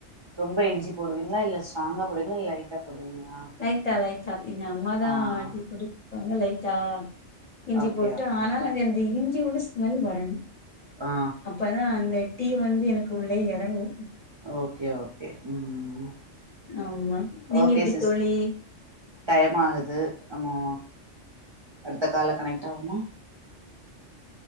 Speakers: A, on the right; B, on the left.
A: ரொம்ப இஞ்சி போடுவீங்களா இல்ல ஸ் ஸ்டாங்கா போடுவிங்களா இல லைட்டா போடுவீங்களா
B: லைட்டா லைட்டா எங்க அம்மாதா
A: ஆ
B: டீ குடி கொஞ்சொ லைட்டா இஞ்சி
A: ஓகே
B: போட்டு
A: ஓகே
B: ஆனாலு அது எனக்கு இந் இஞ்சி வந்து ஸ்மெல் வரணு
A: ஆ
B: அப்பதா அந்த டீ வந்து எனக்கு உள்ளயே எறங்கு
A: ஓகே ஓகே ம் ம்
B: ஆமா நீங்க
A: ஓகே
B: எப்டி
A: சிஸ்
B: தோழி
A: டைம் ஆகுது நம்மோ அடுத்த கால கனெக்ட் ஆவமா